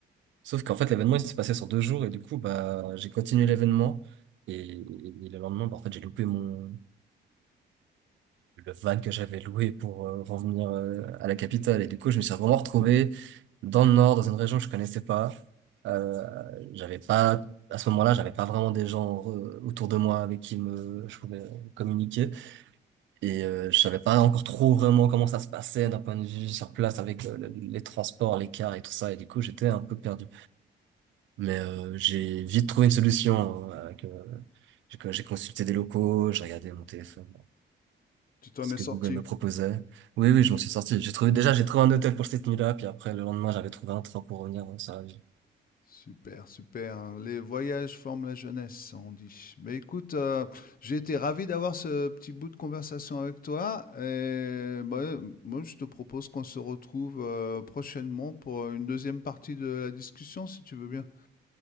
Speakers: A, on the right; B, on the left.
A: Sauf qu'en fait, l'événement, il s'est passé sur deux jours. Et du coup, bah, j'ai continué l'événement. Et, et- et le lendemain, bah, en fait, j'ai loupé mon, le van que j'avais loué pour euh, revenir euh, à la capitale. Et du coup, je me suis vraiment retrouvé dans le nord, dans une région que je connaissais pas. Euh, j'avais pas, à ce moment-là, j'avais pas vraiment des gens euh, autour de moi avec qui me, je pouvais communiquer. Et euh, je savais pas encore trop vraiment comment ça se passait d'un point de vue sur place avec le- le- les transports, les cars et tout ça. Et du coup, j'étais un peu perdu. Mais euh, j'ai vite trouvé une solution euh, avec, euh, j'ai j'ai consulté des locaux, j'ai regardé mon téléphone
B: Tu t'en
A: ce
B: es
A: que
B: sorti.
A: Google me proposait. Oui, oui, je m'en suis sorti. J'ai trouvé, déjà, j'ai trouvé un hôtel pour cette nuit-là, puis après, le lendemain, j'avais trouvé un train pour revenir. ouais, Ça, j-
B: Super, super. Les voyages forment la jeunesse, on dit. Mais écoute, euh, j'ai été ravi d'avoir ce petit bout de conversation avec toi. Et bah, moi, je te propose qu'on se retrouve euh, prochainement pour une deuxième partie de la discussion, si tu veux bien.